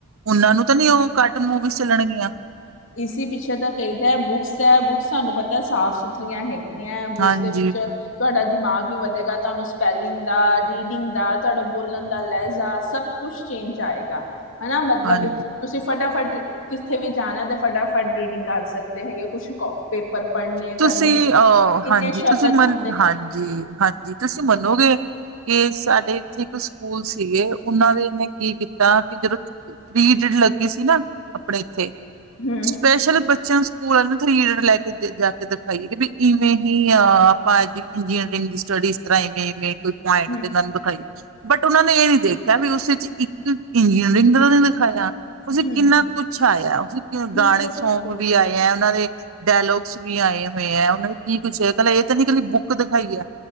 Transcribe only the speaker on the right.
ਉਹਨਾਂ ਨੂੰ ਤਾਂ ਨਹੀਂੀ ਉਹ ਕਾਰਟੂਨ ਮੂਵੀ ਚੱਲਣਗੀਆਂ
ਹਾਂਜੀ
ਹਾਂਜੀ
ਤੁਸੀਂ
ਅਹ
ਹਾਂਜੀ
ਤੁਸੀਂ ਮਨ
ਹਾਂਜੀ ਹਾਂਜੀ ਤੁਸੀਂ ਤੁਸੀਂ ਮੰਨੋਗੇ ਕਿ ਸਾਡੇ ਇੱਥੇ ਇੱਕ ਸਕੂਲ ਸੀਗੇ ਉਹਨਾਂ ਦੇ ਨੇ ਕੀ ਕੀਤਾ ਤਾਂ ਕਿ ਜਦੋਂ ਤੀ ਜਿੜ ਲੱਗੀ ਸੀ ਨਾ ਆਪਣੇ ਇੱਥੇ
ਸਪੈਸ਼ਲ ਬੱਚਿਆਂ ਨੂੰ ਸਕੂਲਾਂ ਨੇ ਥਰੀ ਈਡਟ ਲੈ ਕੇ ਜਾ ਕੇ ਦਿਖਾਈਏ ਕਿ ਵੀ ਇਵੇਂ ਹੀ ਆਪਾਂ ਇੰਜੀਨੀਅਰਿੰਗ ਦੀ ਸਟੱਡੀ ਇਸ ਤਰ੍ਹਾਂ ਇਵੇਂ ਇਵੇਂ ਕੋਈ ਮਾਈਡ
ਤੇ ਨੰਬ ਕਈ ਬਟ ਉਹਨਾਂ ਨੇ ਇਹ ਨੀ ਦੇਖਿਆ ਵੀ ਉਸ ਚ ਇੱਕ ਇੰਜੀਨੀਅਰਿੰਗ ਦਾ ਉਹਨੇ ਦਿਖਾਇਆ ਉ
ਕਿੰਨਾ ਕੁਛ ਆਇਆ
ਗਾਣੇ ਸੌਂਗ
ਵੀ ਆਏ ਹੈ ਉਹਨਾਂ ਦੇ ਡਾਇਲੋਗ ਵੀ ਆਏ ਹੋਏ ਹੈ ਉਹ ਨੇ ਕੀ ਕੁੱਛ ਕਹਿ ਇਹ ਤਾਂ ਨੀ ਇਕਲੀ ਬੁੱਕ ਦਿਖਾਈ ਹੈ